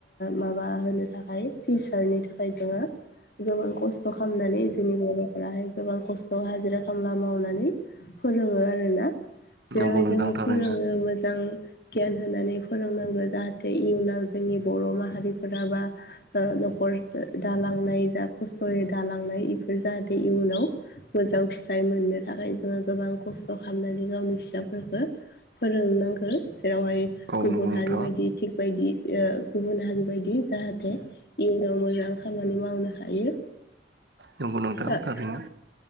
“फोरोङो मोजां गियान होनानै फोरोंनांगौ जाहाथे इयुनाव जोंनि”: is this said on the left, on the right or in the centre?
Left